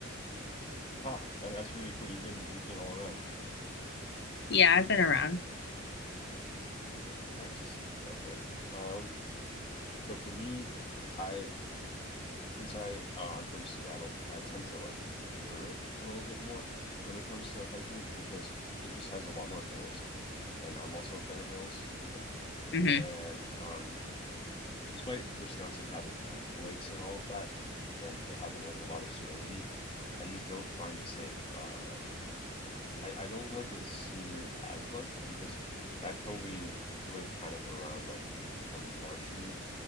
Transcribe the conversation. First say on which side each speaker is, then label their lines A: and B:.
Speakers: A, on the left; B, on the left.
A: Wow, that, that's really cool. You've been you've been all around.
B: Yeah, I've
A: Yeah.
B: been around.
A: Nice. Okay. Um, so for me, I since I uh, I'm from Seattle, I tend to like prefer it a little bit more when it comes to hiking because it just has a lot more hills, and I'm also a fan of hills. <laughs>
B: hmm
A: And um, despite Wisconsin having like lakes and all of that, and it having like a lot of serenity, I just don't find the same. Uh, I I don't like the scenery as much because back home we live kind of around like a marshy